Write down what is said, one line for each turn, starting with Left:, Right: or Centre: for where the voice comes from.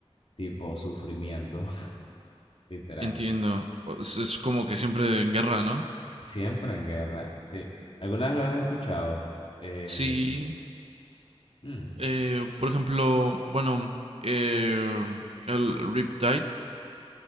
Left: tipo sufrimiento, <laughs> literal.
Right: entiendo. O- Es, es como que siempre en guerra, ¿no?
Left: Siempre en guerra, sí. ¿Alguna vez lo has escuchado? Eh,
Right: Sí,
Left: hmm,
Right: Eh, por ejemplo, bueno, eh, el Riptide,